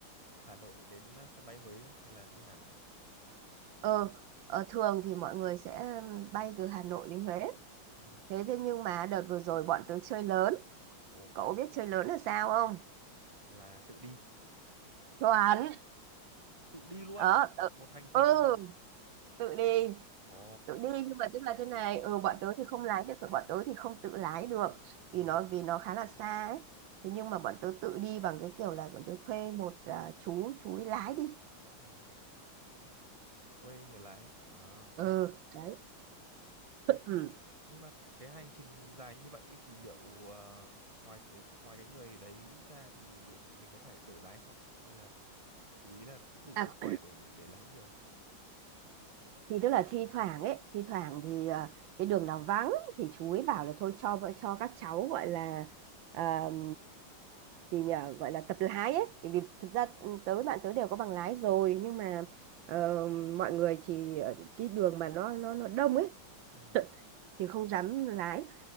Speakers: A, on the right; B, on the right.
A: Hà Nội đến ờ, sân bay Huế đúng không? Hay là như nào nhỉ?
B: ờ, ờ thường thì mọi người sẽ bay từ Hà Nội đến Huế
A: Ừ.
B: thế thế nhưng mà đợt vừa rồi bọn tớ chơi lớn
A: Ồ,
B: cậu biết chơi lớn là sao không
A: là tự đi.
B: chuẩn
A: Tự đi luôn.
B: đó tự,
A: Một hành trình.
B: ừ tự đi
A: Ồ.
B: tự đi nhưng mà tức là thế này ừ bọn tớ thì không lái được bọn tớ thì không tự lái được
A: Ừ.
B: vì nó vì nó khá là xa ấy thế nhưng mà bọn tớ tự đi bằng cái kiểu là bọn tớ thuê một à, chú chú ấy lái đi
A: ừ. Quê người lái. Ờ, thế
B: ừ
A: à.
B: đấy
A: Thế
B: <clears throat>
A: thì
B: ừ.
A: nhưng mà cái hành trình dài như vậy ấy thì liệu ờ, ngoài cái ngoài cái người đấy ra thì mình có phải đổi lái không? Hay là chú ý là cũng đủ
B: à
A: sức khỏe để để lái nhiều.
B: thì tức là thi thoảng ấy thi thoảng
A: Ừ.
B: thì ờ, cái đường nào vắng thì chú ấy bảo là thôi cho vợ- cho các cháu gọi là ờm, gì nhờ gọi là tập lái ấy bởi vì thực ra tới bạn tới đều có bằng lái rồi nhưng mà ờ, mọi người thì ờ, cái đường mà nó nó nó đông ấy
A: Ừ.
B: <laughs> thì không dám lái